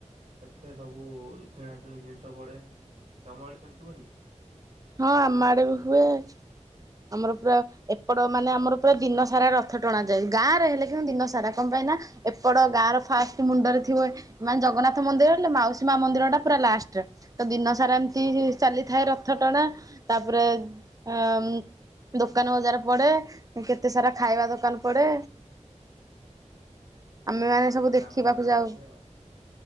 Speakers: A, on the right; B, on the right.
A: କେତେ ସବୁ କିଣା କିିଣି ଜିନିଷ ପଡେ ତମ ଆଡେ ସେମିତି ହୁଏନି କି।
B: ହଁ ଆମ ଆଡେ ବି ହୁଏ। ଆମର ପୁରା ଏପଟ ମାନେ ଆମର ପୁରା ଦିନ ସାରା ରଥ ଟଣାଯାଏ ଗାଁରେ ହେଲେ କିନ୍ତୁ ଦିନ ସାରା କଣ ପାଇଁ ନା ଏପଟ ଗାଁ ର ଫାଷ୍ଟ ମୁଣ୍ଡରେ ଥିବ ମାନେ ଜଗନ୍ନାଥ ମନ୍ଦିର ହେଲେ ମାଉସୀ ମା ମନ୍ଦିର ଟା ପୁରା ଲାଷ୍ଟରେ ତ ଦିନ ସାରା ଏମିତି ଚାଲିଥାଏ ରଥ ଟଣା ତାପରେ ଆଉଁ। ଦୋକାନ ବଜାର ପଡେ କେତେ ସାରା ଖାଇବା ଦୋକାନ ପଡେ
A: <inaudible>
B: ଆମେ
A: ହୁଁ
B: ମାନେ ସବୁ ଦେଖିବାକୁ
A: ଆମ ଆଡେ ବି
B: ଯାଉ।
A: ଏମିତି ଆଉ